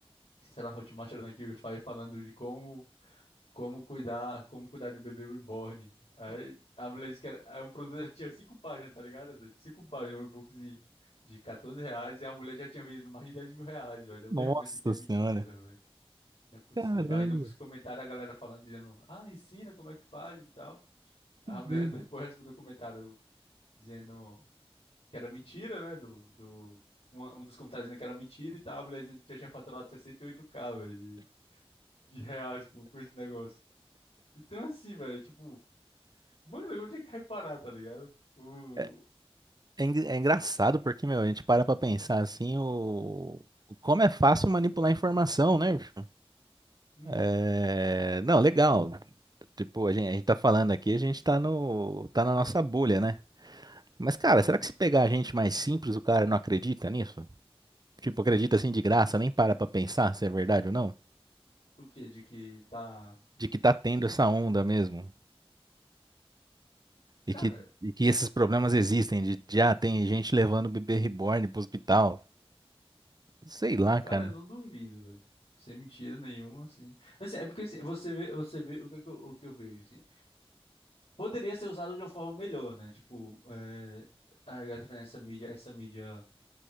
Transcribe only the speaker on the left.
Que será Hotmart era na Qify, falando de como, como cuidar, como cuidar de um bebê reborn. Aí a mulher disse que era, é um produto que tinha cinco páginas, tá ligado? Era cinco páginas, um e-bookzinho de 14 reais, e a mulher já tinha vendido mais de dez mil reais, velho. Eu,
meu irmão, isso aqui é mentira,
Não é possível.
Aí nos
comentários a galera falando, dizendo, ah, ensina como é que faz e tal. A mulher
<laughs> depois respondeu o comentário dizendo que era mentira, né? Do, do, um, um dos comentários dizendo que era mentira e tal. A mulher dizendo que já tinha faturado sessenta e oito k velho, de, de reais com, com esse negócio. Então, assim, velho, tipo, mano, onde é que reparar, tá ligado? O.
Uhum,
uhum.
O quê? De que tá.
é, tipo,
cara.
Cara,
eu não duvido, velho. Sem mentira nenhuma, assim. Assim, é porque assim, você vê, você vê o que, é que eu, o que eu vejo, assim. Poderia ser usado de uma forma melhor, né? Tipo, é, a galera fazendo essa mídia, essa mídia,